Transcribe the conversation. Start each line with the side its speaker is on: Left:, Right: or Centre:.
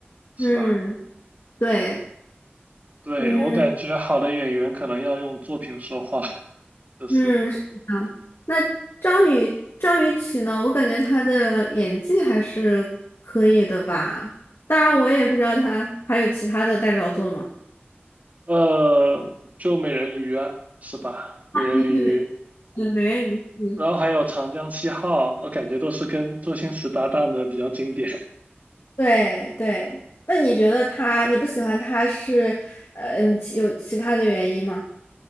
Right: 是吧？
Left: 嗯，对，
Right: 对，
Left: 嗯
Right: 我感觉好的演员可能要用作品说话，<laughs> 就是，
Left: 嗯，是的。那张宇张雨绮呢？我感觉他的演技还是可以的吧。当然，我也不知道他还有其他的代表作吗？
Right: 呃，就美人鱼啊，是吧？美人鱼。
Left: 对对对，呃美人鱼。嗯
Right: 然后还有长江七号，我感觉都是跟周星驰搭档的比较经典。<laughs>
Left: 对对。那你觉得他？你不喜欢他是，呃，嗯其有其他的原因吗？